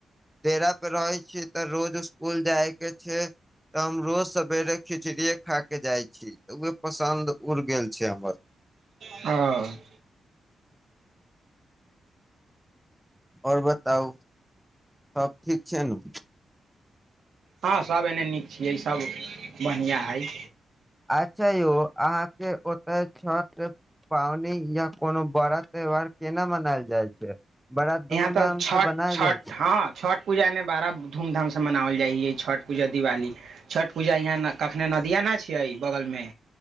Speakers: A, in the centre; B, on the right.
A: डेरा पे रहे छी तऽ रोज स्कुल जाय के छै तऽ हम रोज सेरे खिचड़ीे खा के जाइ छी पसन्द उड़ गेल छै हमर
B: ह
A: आओर बताउ सबब ठीक छै न
B: हँ सभ एने नीक छियै सभ बढ़िआँ हइ
A: अच्छा यौ अहाँके ओतय छठ पावनि या कोनो बड़ा त्यौहार केना मनायल जाइ छै बड़ा
B: यहाँ
A: धूमधाम
B: तऽ छठ
A: से बनायल
B: छठ
A: जाइ छै
B: हँ छठ पूजा ने बड़ा धूमधाम से मनाओल जाइ छै छठि पूजा दिवाली छठ पूजा यहाँ कखने नदिय ना छियै बगलमे